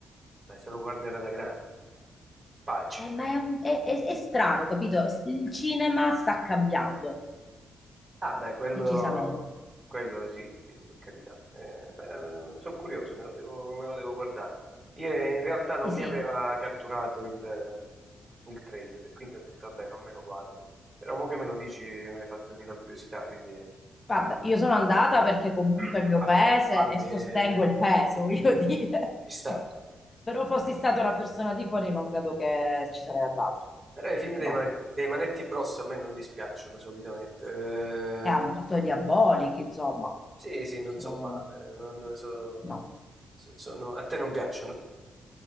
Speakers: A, on the right; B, on the left.
A: Beh, se lo guarderà da grande. Pace.
B: Eh, ma è, un- è- è- è strano, capito? Il cinema sta cambiando
A: Ah, beh, quello,
B: decisamente.
A: quello sì, sì, per carità. Eh, beh, sono curioso, me lo devo, me lo devo guardare. Io eh, in realtà non
B: E
A: mi
B: sì,
A: aveva catturato il, ehm, il trailer e quindi ho detto, vabbè, non me lo guardo. Però mo che me lo dici mi hai fatto venire la curiosità, quindi eh,
B: guarda, io sono andata perché comunque
A: <clears throat>
B: è il mio
A: vabbè,
B: paese
A: Palme
B: e sostengo il paese, <laughs> voglio dire.
A: ci sta.
B: Ecco. Però fossi stata una persona di fuori non credo che ci sarei andata.
A: Però i film dei,
B: No.
A: Man- dei Manetti Bros a me non dispiacciono solitamente. Eh,
B: Eh, hanno fatto gli abolichi, insomma.
A: sì, sì, non
B: Sono-
A: so male. eh, non so-
B: No.
A: so- sono- a te non piacciono?